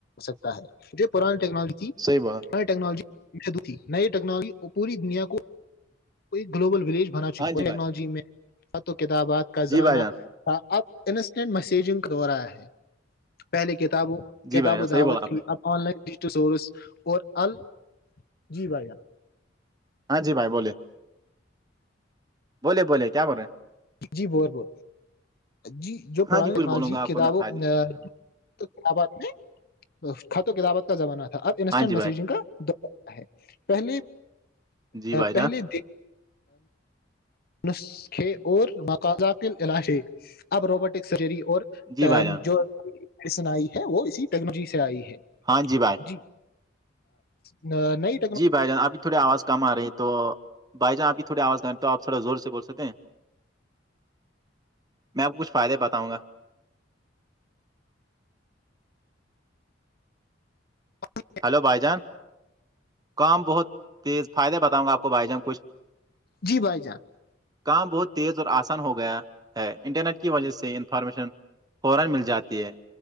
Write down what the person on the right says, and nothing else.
صیبا
ہاں جی بھائی
جی
بھائی جان
جی
بھائی جان
صحیح
بولا آپ
نے
ہاں جی بھائی بوولے بولے بولے کیا بول رہے ہیں
ہیں
ہاں جی کچھ
بولوں گا آپ
کو میں فائدے
اس کے بارے میں
ہاں جی بھائی
جی بھائی
جان
جی بھائی جان
ہاں جی بائےائی
جی بھائی جان آپھی تھوڑی آواز کم آ رہی ہے تو بھائی جان آپ بھی تھوڑی آواز کم رہ ہیں تو آپ تھوڑا زور سے بول سکتے ہیں میں آپ کچھ فائدے بتاؤ گا
ہلو بھائی جان کام بہت تیز فائدے بتاؤں گا آپ کو بھائی جان کچھ
کام بہت تیز اور آسان ہو گیا ہے انٹرنیٹ کی وجہ سے انفارمیشن فورا مل جاتی ہے